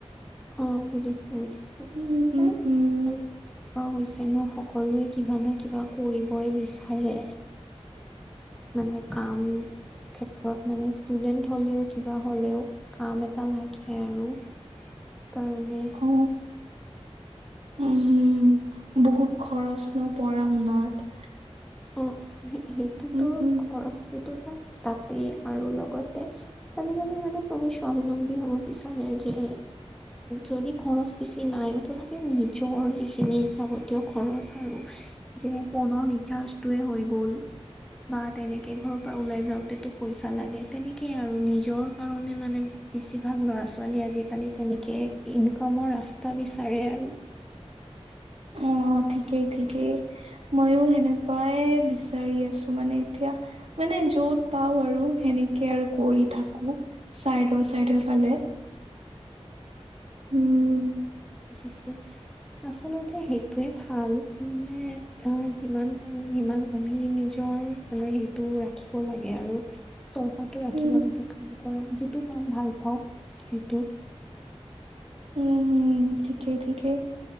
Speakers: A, in the centre; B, on the right.
A: অ বুজিছো বুজিছো
B: উম
A: মানে।
B: উম উম
A: পোৱা হৈছে ন সকলোৱে কিবা নে কিবা কৰিবই বিচাৰে মানে কাম ক্ষেত্ৰত মানে ষ্টুডেন্ট হ'লেও কিবা হ'লেও কাম এটা লাগে আৰু
B: <inaudible>
A: তাৰ কাৰণে
B: অ উম হম বহুত খৰচ ন পঢ়া শুনাত।
A: অ', সেইটোতো
B: উম উম
A: খৰচটোতো তাত তাতেই আৰু লগতে আজিকালিৰ মানুহ চ অমি স্বাৱলম্বী হব বিচাৰে যে। যদি খৰচ বেছি নাই তথাপিও নিজৰ যিখিনি যাৱতীয় খৰচ আৰু যে ফোনৰ ৰিচাৰ্জটোৱে হৈ গ'ল। বা তেনেকে ঘৰৰ পৰা ওলাই যাওঁতেতো পইচা লাগে তেনেকেই আৰু নিজৰ কাৰণে মানে। বেছিভাগ ল'ৰা ছোৱালী আজিকালি তেনেকে ইনকামৰ ৰাস্তা বিচাৰে আৰু-
B: অ অ ঠিকেই ঠিকেই মইও সেনেকুৱাই বিচাৰি আছো। মানে এতিয়া মানে য'ত পাও আৰু সেনেকে আৰু কৰি থাকো। চাইডৰ চাইডৰ ফালে- উম-
A: পজিছো আচলতে সেইটোৱে ভাল মানে আহ যিমান পাৰো সিমান আমি নিজৰ- মানে সেইটো ৰাখিব লাগে আৰু চৰ্চাটো ৰাখিব
B: উম
A: লাগে কাৰণ কৰা যিটো কাম ভাল পাওঁ সেইটো
B: উম হম ঠিকেই ঠিকেই